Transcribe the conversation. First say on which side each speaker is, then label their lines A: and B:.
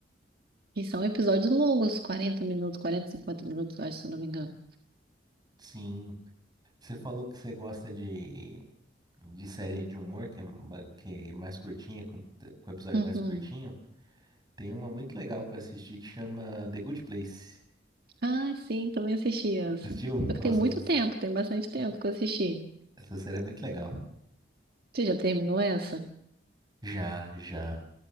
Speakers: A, on the right; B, on the right.
A: E são episódios longos, 40 minutos, 40, 50 minutos, eu acho, se eu não me engano.
B: Sim, Você falou que você gosta de, de série de humor, que é, ma- que é mais curtinha, com, com episódio
A: Uhum.
B: mais curtinho. Tem uma muito legal que eu assisti que chama The Good Place.
A: Ah, sim, também assisti essa.
B: Assistiu?
A: Só que
B: Nossa,
A: tem muito
B: essa,
A: tempo, tem bastante tempo que eu assisti.
B: essa série é muito legal.
A: Você já terminou essa?
B: Já, já.